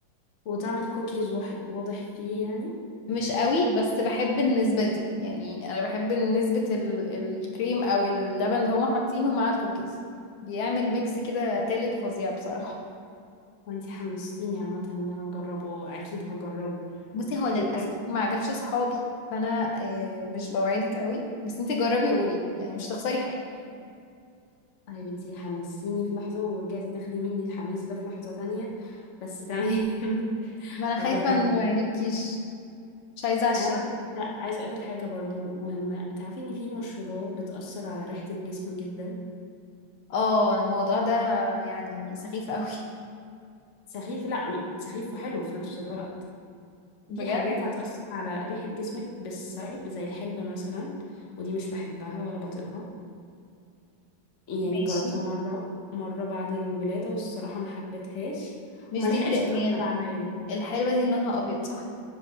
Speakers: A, on the left; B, on the left.
A: وتعمل كوكيز وح- واضح فيه يعني
B: مش قوي بس بحب النسبة دي يعني انا بحب نسبة ال- الكريم او اللبن اللي هما حاطينه مع الكوكيز بيعمل ميكس كده تالت فظيع بصراحة
A: وانتي حمستيني عامة ان انا اجربه اكيد هجربه
B: بصي هو للأسف
A: ايه ده
B: ما عجبش صحابي فانا آه، مش بوعدك قوي بس انتي جربي وقولي يعني مش تخسري حاجة
A: طيب انتي حمستيني في لحظة ورجعتي تاخدي مني الحماس ده في لحظة تانية بس تمام <laughs>
B: ما انا خايفة
A: هجربه
B: انه ما يعجبكيش مش عايزة اعشمك
A: انا بقى كنت عايزة اقولك حاجة برضو مهمة تعرفي ان في مشروبات بتأثر على ريحة الجسم جدا
B: اه الموضوع ده يعني سخيف قوي
A: سخيف لا م- سخيف وحلو في نفس الوقت
B: <laughs>
A: في
B: بجد
A: حاجات هتأثر على ريحة جسمك بالسلب زي الحلبة مثلا ودي مش بحبها ولا بطيقها يعني
B: ماشي
A: جربتها مرة مرة بعد الولادة والصراحة ما حبيتهاش
B: مش
A: وما لحقتش
B: دي اللي
A: تأثر
B: هي ال-
A: عليا يعني.
B: الحلبة دي اللي لونها أبيض صح؟